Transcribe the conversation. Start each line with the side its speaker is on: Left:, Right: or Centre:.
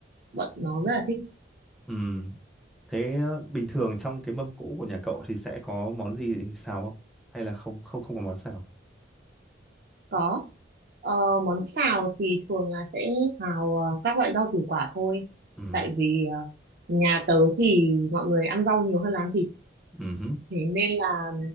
Right: bọn nó rất là thích
Centre: ừ thế ờ, bình thường trong cái mâm cỗ của nhà cậu thì sẽ có món gì xào không hay là không không không có món xào
Right: có Ờ, món xào thì thường là sẽ xào ờ, các loại rau củ quả thôi
Centre: ừ
Right: tại vì ờ, nhà tớ thì mọi người ăn rau nhiều hơn là ăn thịt
Centre: ừ hứ.
Right: thế nên là